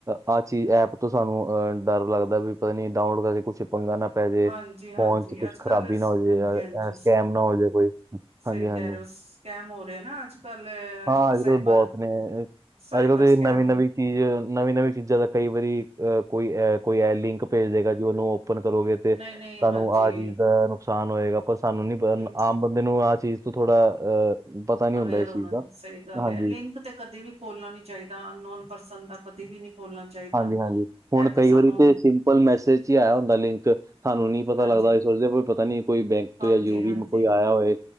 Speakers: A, on the right; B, on the right.
A: ਆਹ ਚੀਜ਼ ਐਪ ਤੋਂ ਸਾਨੂੰ ਅਹ ਡਰ ਲੱਗਦਾ ਵੀ ਪਤਾ ਨੀ ਡਾਊਨਲੋਡ ਕਰਕੇ ਕੁਛ ਪੰਗਾ ਨਾ ਪੈ ਜੇ,
B: ਹਾਂਜੀ
A: ਫੋਨ
B: ਹਾਂਜੀ
A: ਚ ਕੁਛ
B: ਅੱਜ
A: ਖਰਾਬੀ
B: ਕੱਲ
A: ਨਾ ਹੋ ਜੇ
B: ਹਾਂਜੀ ਹਾਂਜੀ
A: ਸਕੈਮ ਨਾ ਹੋ ਜੇ ਕੋਈ
B: ਸਹੀ
A: ਹਾਂਜੀ
B: ਕਹਿ
A: ਹਾਂਜੀ।
B: ਰਹੇ ਹੋ ਸਕੈਮ ਹੋ ਰਹੇ ਨਾ ਅੱਜ ਕੱਲ
A: ਹਾਂ,
B: ਜਿਹੜਾ
A: ਅੱਜ-ਕੱਲ੍ਹ
B: ਸਾਈਬਰ,
A: ਬਹੁਤ ਨੇ ਅ,
B: ਸਾਈਬਰ
A: ਅੱਜ-ਕੱਲ੍ਹ ਤੇ
B: ਸਕੈਮ
A: ਨਵੀਂ-ਨਵੀਂ ਚੀਜ਼ ਨਵੀਂ ਨਵੀਂ ਚੀਜ਼ਾਂ ਦਾ ਕਈ ਵਾਰੀ ਅ ਕੋਈ, ਕੋਈ ਇਹ ਲਿੰਕ ਭੇਜ ਦੇਗਾ ਜੀ ਉਹਨੂੰ ਓਪਨ ਕਰੋਗੇ। ਤੇ
B: ਨਹੀਂ ਨਹੀਂ
A: ਤਾਨੂੰ
B: ਹਾਂਜੀ
A: ਆਹ ਚੀਜ਼ ਦਾ ਨੁਕਸਾਨ ਹੋਏਗਾ ਪਰ ਸਾਨੂੰ ਨੀ ਪਤਾ
B: ਬਿਲਕੁਲ
A: ਆਮ ਬੰ ਦੇ ਨੂੰ ਆਹ ਚੀਜ਼ ਤੋਂ ਥੋੜਾ ਅ ਪਤਾ ਨਹੀਂ
B: ਅਵੇਅਰ
A: ਹੁੰਦਾ ਇਸ
B: ਹੋਣਾ
A: ਚੀਜ਼ ਦਾ
B: ਜੀ ਸਹੀ ਗੱਲ
A: ਹਾਂਜੀ।
B: ਹੈ ਲਿੰਕ ਤੇ ਕਦੇ ਵੀ ਖੋਲਣਾ ਨੀ ਚਾਹੀਦਾ ਅਨਨੋਨ ਪਰਸਨ ਦਾ ਕਦੇ ਵੀ ਨਹੀ ਖੋਲਣਾ ਚਾਹੀਦਾ
A: ਹਾਂਜੀ-ਹਾਂਜੀ ਹੁਣ
B: ਇਹ
A: ਕਈ
B: ਸਾਨੂੰ
A: ਵਾਰੀ ਤੇ ਸਿੰਪਲ ਮੈਸੇਜ ਚ ਹੀ ਆਇਆ ਹੁੰਦਾ ਲਿੰਕ। ਹਾਨੂੰ ਨਹੀਂ ਪਤਾ
B: ਹਾਂਜੀ
A: ਲੱਗਦਾ ਸੋਚਦੇ ਕੋ ਪਤਾ ਨੀ ਕੋਈ ਬੈਂਕ ਤੋਂ
B: ਹਾਂਜੀ
A: ਜਾਂ ਜ਼ਰੂਰੀ
B: ਹਾਂਜੀ
A: ਕੋਈ ਆਇਆ ਹੋਏ।